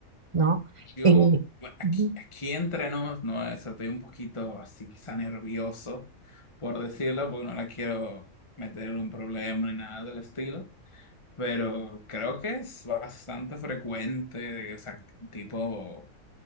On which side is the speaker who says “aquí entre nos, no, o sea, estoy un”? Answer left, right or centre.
Left